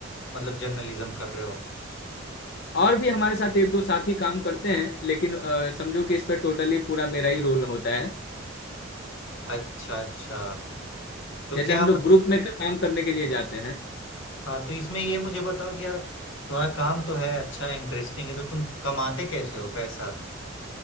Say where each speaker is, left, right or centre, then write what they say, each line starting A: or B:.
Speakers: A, on the left; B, on the left.
A: मतलब जर्नलिज्म कर रहे हो
B: और भी हमारे साथ एक दो साथी काम करते हैं लेकिन अ, समझो कि इस पर टोटली पूरा मेरा ही रोल होता है
A: अच्छा अच्छा तो
B: जैसे
A: क्या
B: हम
A: मतलब
B: लोग ग्रुप में काम करने के लिए जाते हैं
A: हाँ तो इसमें ये मुझे बताओ कि यार तुम्हारा काम तो है अच्छा इंटरेस्टिंग है तो तुम कमाते कैसे हो पैसा